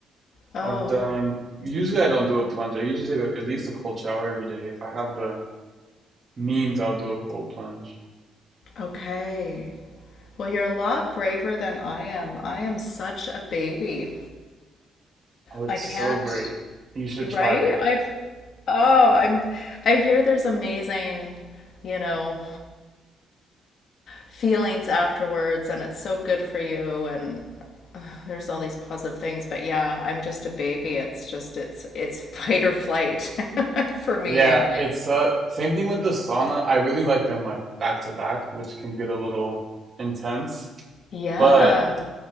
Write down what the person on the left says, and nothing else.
Oh,
okay. Well, you're a lot braver than I am. I am such a baby.
I can't,
right?
I've Oh, I'm I hear there's amazing, you know, feelings afterwards and it's so good for you and there's all these positive things but yeah i'm just a baby it's just it's it's <laughs> fight or flight <laughs> for me
and
yeah